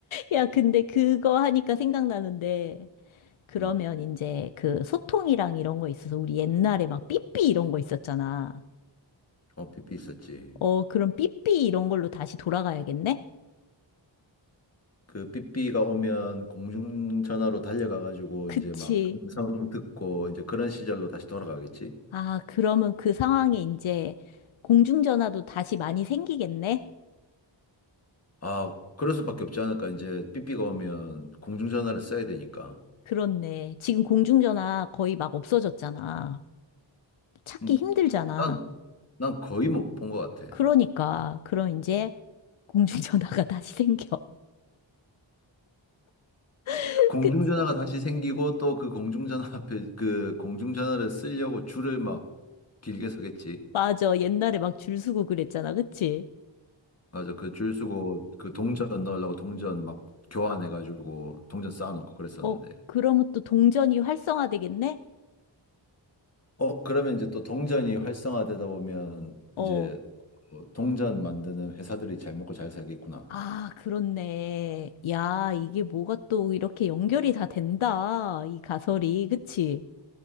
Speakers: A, on the left; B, on the left.
A: 야, 근데 그거 하니까 생각나는데. 그러면
B: 음.
A: 이제 그 소통이랑 이런 거 있어서 우리 옛날에 막 삐삐 이런 거 있었잖아.
B: 어, 삐삐 있었지.
A: 어, 그럼 삐삐 이런 걸로 다시 돌아가야겠네?
B: 그 삐삐가 오면 공중전화로 달려가가지고
A: 그치.
B: 이제 막 음성 듣고 이제 그런 시절로 다시 돌아가겠지?
A: 아, 그러면 그 상황에 이제 공중전화도 다시 많이 생기겠네?
B: 아, 그럴 수밖에 없지 않을까? 이제 삐삐가 오면 공중전화를 써야 되니까.
A: 그렇네. 지금 공중전화 거의 막 없어졌잖아. 찾기
B: 음,
A: 힘들잖아.
B: 난, 난 거의 못 본 것 같아.
A: 그러니까, 그럼 이제 공중전화가 <laughs> 다시 생겨. <laughs>
B: 공중전화가
A: 그치?
B: 다시 생기고 또 그 공중전화 앞에 그 공중전화를 쓰려고 줄을 막 길게 서겠지.
A: 맞아. 옛날에 막 줄 서고 그랬잖아. 그치?
B: 맞아. 그 줄 서고 그 동전 넣으려고 동전 막 교환해가지고 동전 쌓아놓고 그랬었는데.
A: 어, 그러면 또 동전이 활성화되겠네?
B: 어, 그러면 이제 또 동전이 활성화되다 보면
A: 어.
B: 이제 뭐 동전 만드는 회사들이 잘 먹고 잘 살겠구나.
A: 아, 그렇네. 야, 이게 뭐가 또 이렇게 연결이 다 된다. 이 가설이. 그치?